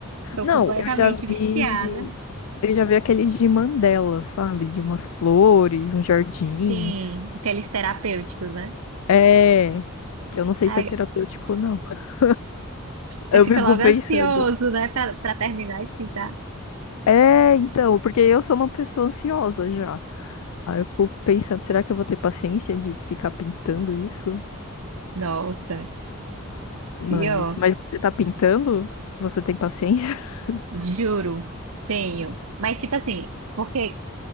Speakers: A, on the right; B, on the left.
A: Estou
B: Não,
A: completamente
B: eu já
A: viciada.
B: vi, eu já vi aqueles de Mandela, sabe? De umas flores, uns jardins.
A: Sim, aqueles terapêuticos, né?
B: É, que eu não sei
A: Ai,
B: se é terapêutico ou não. <laughs>
A: você
B: Eu
A: fica
B: fico
A: logo
B: pensando.
A: ansioso, né, para para terminar de pintar.
B: É, então, porque eu sou uma pessoa ansiosa já. Aí eu fico pensando, será que eu vou ter paciência de ficar pintando isso?
A: Nossa,
B: Mas,
A: pior,
B: mas você tá pintando? Você tem paciência? <laughs>
A: juro, tenho. Mas tipo assim, porque